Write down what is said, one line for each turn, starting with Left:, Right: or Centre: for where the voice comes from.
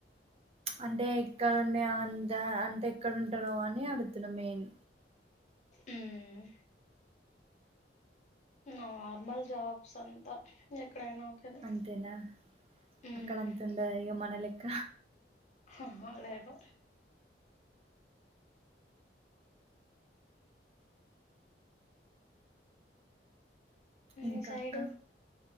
Right: అంటేక్ కరన్నే ఆన్తా అంతెక్కరుంటారో అని అడుగుతున్నా మెయిన్
Left: ఊమ్ నార్మల్ జాబ్స్ అంతా ఎక్కడైనా ఓకేనా
Right: అంతేనా
Left: ఉమ్,
Right: అక్కడ్ అంతుండద ఇగ మన లెక్క
Left: అహ్హ లేదు
Right: ఇంకాక్క
Left: ఈ సైడు